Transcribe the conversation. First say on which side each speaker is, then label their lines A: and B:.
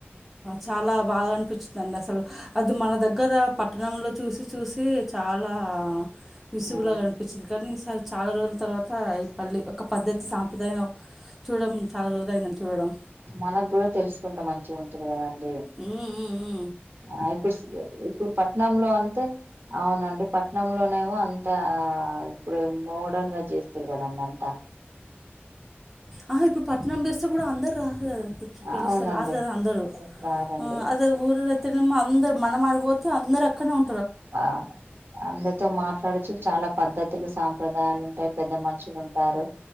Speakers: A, in the centre; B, on the right.
A: చాలా బాగా అనిపిించిందిండి అసలు అది మన దగ్గర పట్టణంలో చూసి చూసి చాలా విసుగులాగా
B: ఉమ్,
A: కనిపించింది కానీ ఈసారి చాలా రోజుల తర్వాత ఈ పల్ ఒక పద్ధతి సాంప్రదాయ చూడడం చాలా జోదైందని చూడడం
B: మనకు కూడా తెలుసుకుంటే మంచిగా ఉంటుంది కదండి
A: ఉమ్ ఉమ్మ్
B: ఆ ఇప్పుడు ఇప్పుడు పట్నంలో అంటే అవునండి పట్నంలోనేమో అంత ఆ ఇప్పుడు మోడర్న్ గా చేస్తురు కద నన్ను అంతా
A: ఆ హా ఇప్పుడు పట్టణం పెస్తే కూడా అందరు రహా పిలుస్తారు
B: అవునండి
A: రదా అందరు
B: రారండి
A: ఆ అద ఊర అరయితే ని అందరు మనం ఆడపోతే అందర అక్కన ఉం
B: ఆ అందరితో మాట్లాడచ్చు చాలా పద్ధతులు సాప దాయాలు ఉంటాయి పెద్ద మనుషులు ఉంటారు